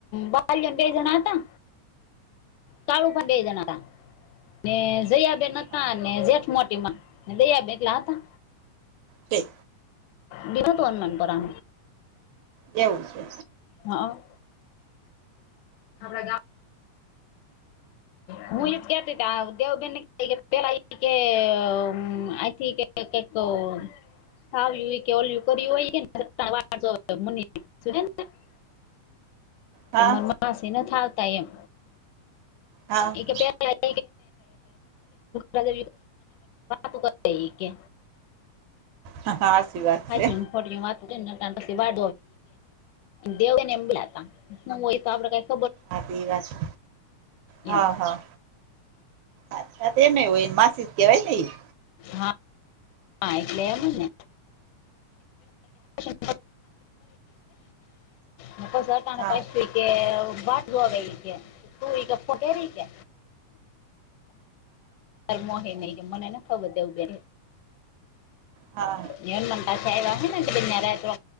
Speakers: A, on the left; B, on the right.
A: બાલીઓ ને બે જણા હતા. કાળુ ભા ને બેે જાણ હતા. ને જયાબેન
B: હા
A: નતા ને જેઠ મોટી માં જયાબેન એટલા હતા.
B: તે
A: બીનાતો અનનાન પરા
B: એવું છે.
A: હા. પ્રધા હું એજ કેતીતી દેવ બેહેન <unintelligible> પેલા ઈ કે અમ આયથી કે કે તો સાવ કે ઓલયું કર્યું હોય ને <unintelligible> વા મ <unintelligible>
B: હા
A: તે માર માસે નથ આવતા એમ.
B: હા
A: એ કે પ્યા <unintelligible> વાત કર ઈ કે
B: હા હા હાસી વાત.
A: હાચુ
B: છે
A: <unintelligible> વાત પછી વા દેવને એમલાતા હુ હોય તો આપડ કાય
B: હાતે વા છે હા
A: એમ
B: હા. અચ્છા તેને હોય એ માસીજ કેવાય નહ.
A: હા હા એટલે એમ ને <unintelligible> હ પ સરકારને
B: હા
A: પાછ કે બાટવે છે તુંરી કે ફોટે રીકે પર મો નહી મનેને ખબર દવ બે
B: હા
A: વન મતા છે એવા બેરા એ તો